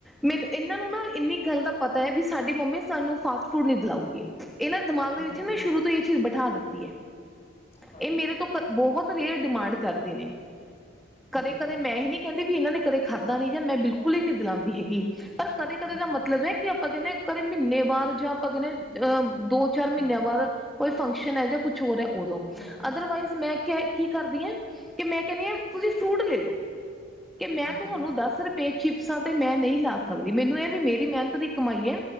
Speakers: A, in the centre; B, on the left.
A: ਮੈਨੂੰ ਏਨਾਂ ਨੂੰ ਨਾ ਇੰਨੀ ਗੱਲ ਦਾ ਪਤੈ ਵੀ ਸਾਡੀ ਮੰਮੀ ਸਾਨੂੰ ਫਾਸਟ ਫੂਡ ਨੀ ਦਿਲਾਊਗੀ ਏਨਾਂ ਦਿਮਾਗ ਦੇ
B: ਹਮ
A: ਵਿੱਚ ਨਾ ਸ਼ੁਰੂ ਤੋਂ ਈ ਏ ਚੀਜ਼ ਬਿਠਾ ਦਿੱਤੀ ਐ
B: ਹਾਂਜੀ
A: ਏ ਮੇਰੇ ਤੋਂ ਕ ਬੋਹ ਰੇਅਰ ਡਿਮਾਂਡ ਕਰਦੇ ਨੇ ਕਦੇ-ਕਦੇ
B: ਹਮ
A: ਮੈਂ ਹੀ ਨੀ ਕੈਂਦੀ ਵੀ ਏਨਾਂ ਨੇ ਕਦੇ ਖਾਧਾ ਨੀ ਜਾਂ ਮੈਂ ਬਿਲਕੁੱਲ ਈ ਨੀ ਦਲਾਂਦੀ ਹੈਗੀ ਪਰ ਕਦੇ-ਕਦੇ
B: ਹਮ
A: ਦਾ ਮਤਲਬ ਐ ਕੀ ਆਪਾਂ ਕੈਨੇ ਕਦੇ ਮੀਨੇ ਬਾਦ ਜਾਂ ਆਪਾਂ ਕੈਨੇ ਅ ਦੋ-ਚਾਰ
B: ਹਾਂ
A: ਮੀਨਿਆਂ ਬਾਅਦ ਕੋਈ ਫੰਕਸ਼ਨ ਐ ਜਾਂ ਕੁਛ ਹੋਰ ਐ ਓਦੋਂ
B: ਹਾਂ
A: ਅਦਰਵਾਈਜ਼ ਮੈਂ ਕਿਆ ਕੀ ਕਰਦੀ ਆ ਕੀ ਮੈਂ ਕੈਨੀ ਆ ਤੁਸੀਂ ਫਰੂਟ ਲੇਲੋ ਕੀ ਮੈਂ
B: ਹਮ
A: ਤੁਹਾਨੂੰ ਦਸ ਰੁ ਪਰ ਚਿਪਸਾਂ ਤੇ ਮੈਂ ਨਈ ਲਾ ਸਕਦੀ ਮੈਨੂੰ ਏ ਵੀ ਮੇਰੀ ਮਿਹਨਤ ਦੀ ਕਮਾਈ ਐ